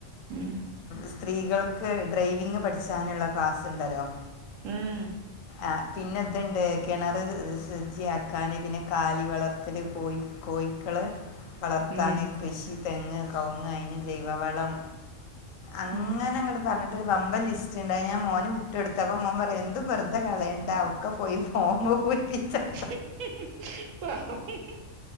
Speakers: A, on the right (about 80°); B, on the left (about 80°).
A: ഉം
B: സ്ത്രീകൾക്ക് ഡ്രൈവിങ് പഠിച്ചാനുള്ള ക്ലാസ് ഉണ്ടരോ
A: പ
B: ആഹ് പിന്നെതുണ്ട് കെണറ് സുജജിയക്കാന് പിന്നെ കാലി വളർത്തല് കോയി കോയിക്കള് വളർത്താന്
A: ഉം
B: കൃഷി തെങ്ങ് കവ്വ്ങ്ങ് അയിന് ജൈവവളം അങ്ങന
A: ഉം
B: അങ്ങട് പറഞ്ഞിട്ടൊരു വമ്പൻ ലിസ്റ്റുണ്ടായി ഞാ മോന് വിട്ട് കൊടുത്തപ്പോ മോൻ പറയാ എന്തും വെറുതെ കളയണ്ടാ ഒക്ക പോയി ഫോമ് പൂരിപിച്ചട്ട്
A: ഹ് ഹി ഹി <inaudible>